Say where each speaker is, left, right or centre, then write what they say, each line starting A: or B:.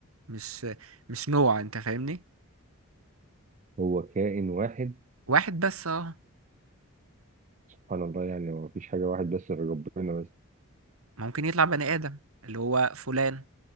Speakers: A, on the right; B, on the right.
A: مش مش نوع انت فاهمني
B: هو كائن واحد
A: واحد بس اه
B: سبحان الله يعني هو مفيش حاجة واحد بس غير ربنا بس
A: ممكن يطلع بني آدم اللي هو فلان